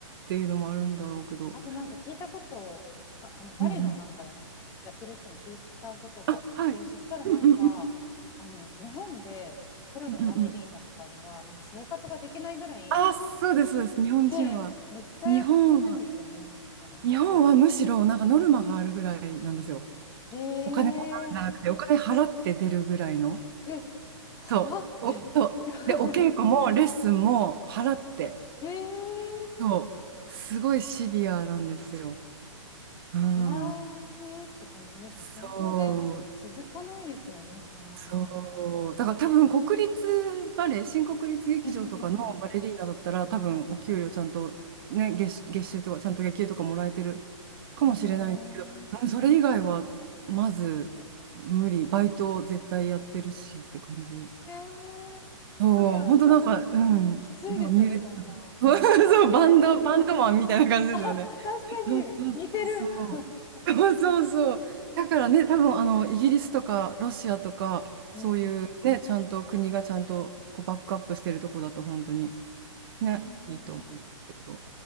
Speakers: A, on the right; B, on the left.
A: ていうのもあるんだろうけど。
B: あとなんか聞いたことをあ、あのバレエのなんかや、
A: うんうん。
B: やってる人に聞いたことがあって、
A: あ、はい。
B: そしたらなんか、
A: うんうんうん
B: あの日本でプロのバレリーナとかではなんか生活ができないぐらい、
A: うんうんうん。あ、そうです、そうです。日本人は。
B: ねめっちゃ安いんですよね、
A: 日本は、
B: 確か。
A: 日本はむしろなんかノルマがあるぐらいなんですよ。
B: ええ
A: お金もらうんじゃなくて、お金払って出るぐらいの。
B: え、払って
A: そう。お、
B: <laughs>。
A: で、お稽古もレッスンも払って。
B: ええ
A: そう。すごいシビアなんですよ。うん。
B: そりゃあねって感じですね。
A: そう、
B: それで続かないですよね、そんなんで。
A: そう。だから多分国立バレエ、新国立劇場とかのバレリーナだったら多分お給料ちゃんと、
B: うんうんうんうん
A: ね、月、月収とかちゃんと月給とかもらえてるかもしれないんですけど、
B: ええ
A: うん、それ以外はまず無理、バイト絶対やってるしって感じ。
B: えー、
A: そう、
B: なんか、
A: 本当なんか、
B: あ
A: うん、
B: きついですよね、
A: なんかミュー、
B: そんな。
A: <laughs> そう、
B: <laughs>
A: バンド、バンドマンみたいな感じですよね。
B: 確かに、
A: そうそうそう。
B: 似てる。<laughs>
A: <laughs> そうそうそう。だからね、多分あのイギリスとかロシアとか、
B: うん
A: そういうね、ちゃんと国がちゃんとこうバックアップしてるとこだと、本当にね、
B: ねえ
A: いいと思うんですけど。